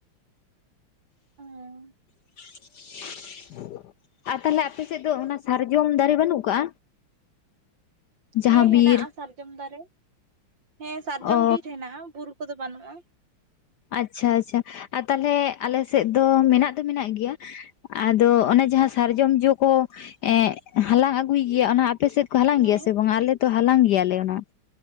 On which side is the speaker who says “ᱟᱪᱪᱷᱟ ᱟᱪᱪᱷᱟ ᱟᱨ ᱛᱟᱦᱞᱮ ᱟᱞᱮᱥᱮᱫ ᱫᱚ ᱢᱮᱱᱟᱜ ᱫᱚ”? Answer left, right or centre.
Left